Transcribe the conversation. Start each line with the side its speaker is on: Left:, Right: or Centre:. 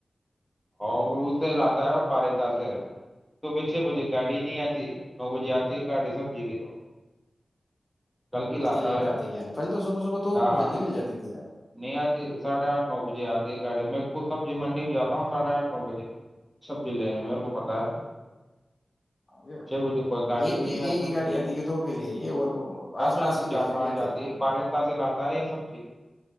Centre: اور اسے لاتا ہے پارےتا سے تو پھر چھ بجے گاڑی نہیں آتی نو بجے آتی ہے گاڑی سب جی کی تو کل کی لاتا
Left: اتنی لیٹ
Centre: ہے
Left: آتے یار پہل تو صبح صبح توک
Centre: ہاں
Left: تو جلدی مل جاتی تھی یار
Centre: نہیں آج سے آٹھ نو۔ بجھے آتی ہے گاڑی میں خود سبزی منڈی میں جاتا ہوں ساڑھے آٹھ نو بجے سبزی لینے میرے کو پتا ہے۔
Left: یہ
Centre: چھ بجے کوئی گاڑی نہیں
Left: ایک
Centre: ہے سبزی
Left: ہی گاڑی آتی ہے کیا دو کے لیے یہ اور
Centre: کام
Left: آس پاس
Centre: آتی
Left: کے بیچنے
Centre: چار پانچ
Left: نہیں آتے
Centre: آتی
Left: کیا۔
Centre: ہے، بارہ سے لاتا ہے یہ سبزی